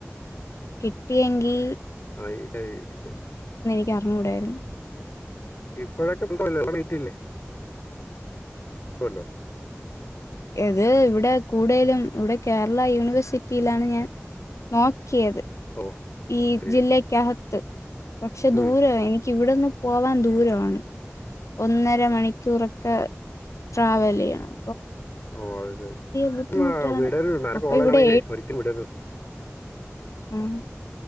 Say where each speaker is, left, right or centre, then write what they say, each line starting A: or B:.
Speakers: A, on the left (about 85°); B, on the left (about 50°).
A: കിട്ടിയെങ്കി
B: ആഹ് <unintelligible>
A: ക്കറിഞ്ഞൂടേരുന്നു
B: ഇപ്പഴൊക്കെ <unintelligible>
A: ഏത് ഇവിടെ കൂടെലും ഇവിടെ കേരളാ യൂണിവേഴ്സിറ്റിയിലാണ് ഞാൻ നോക്കിയത്
B: ഓ
A: ഈ
B: ശരി
A: ജില്ലക്ക് അഹത്ത് പക്ഷേ ദൂരവാ
B: ഉം
A: എനി ക്ക് ഇവടന്ന് പോവാൻ ദൂരവാണ് ഒന്നെ ര മണിക്കൂറൊക്കെ ട്രാവലെയ്യണം
B: ഓ അത് ശരി
A: ബുദ്ധിമുട്ടാണ്
B: എന്നാ വിടര്ത് നല്ല
A: അപ്പൊ
B: കോളേജാണങ്കിലെ
A: ഇവിടെ
B: ഒരിക്കലും വിടര്ത്
A: ഉം